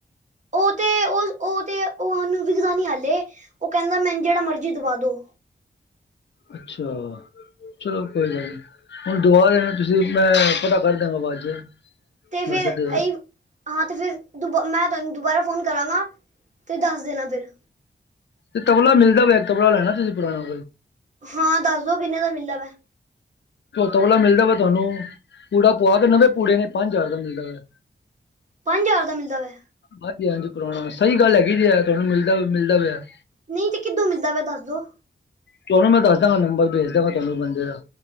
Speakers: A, on the right; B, on the left.
A: ਉਹ ਤੇ ਉਹ ਉਹ ਤੇ ਉਹ ਉਹਨੂੰ ਵਿਕਦਾ ਨੀ ਹਾਲੇ ਉਹ ਕਹਿੰਦਾ ਮੈਨੂੰ ਜਿਹੜਾ ਮਰਜ਼ੀ ਦਬਾ ਦੋ।
B: ਅੱਛਾ ਚਲੋ ਕੋਈ ਗੱਲ ਨੀ ਹੁਣ ਦਬਾ ਦੇਨਾ। ਤੁਸੀਂ ਮੈਂ ਪਤਾ ਕਰ ਦਿਆਂਗਾ ਬਾਅਦ 'ਚ।
A: ਫਿਰ
B: ਵੈਸੇ ਤੇ
A: ਇਹੀ ਹਾਂ ਤੇ ਫਿਰ ਦੁਬ ਮੈਂ ਤੈਨੂੰ ਦੁਬਾਰਾ ਫ਼ੋਨ ਕਰਾਂਗਾ ਤੇ ਦੱਸ ਦੇਣਾ ਫਿਰ।
B: ਤੇ ਤਬਲਾ ਮਿਲਦਾ ਪਿਆ ਤਬਲਾ ਲੈਣਾ ਤੁਸੀਂ ਪੁਰਾਣਾ।
A: ਹਾਂ ਦੱਸ ਦੋ ਕਿੰਨੇ ਦਾ ਮਿਲਦਾ ਵਾ।
B: ਤਬਲਾ ਮਿਲਦਾ ਵਾ ਤੁਹਾਨੂੰ, ਕੂੜਾ ਪਆ ਨਵੇਂ ਕੂੜੇ ਨੇ ਪੰਜ ਹਜ਼ਾਰ ਦਾ ਮਿਲਦਾ ਵਾ।
A: ਪੰਜ ਹਜ਼ਾਰ ਦਾ ਮਿਲਦਾ ਵਾ।
B: ਹਾਂਜੀ- ਹਾਂਜੀ ਪੁਰਾਣਾ ਸਹੀ ਗੱਲ ਹੈਗੀ ਜੇ ਤੁਹਾਨੂੰ ਮਿਲਦਾ ਪਿਆ- ਮਿਲਦਾ ਪਿਆ।
A: ਨਹੀਂ ਤੇ ਕਿੱਦੋਂ ਮਿਲਦਾ ਵ ਦੱਸ ਦੋ?
B: ਤੁਹਾਨੂੰ ਮੈਂ ਦੱਸ ਦਾਂਗਾ ਨੰਬਰ ਵੇਜ ਦਾਂਗਾ ਤੁਹਾਨੂੰ ਬੰਦੇ ਦਾ।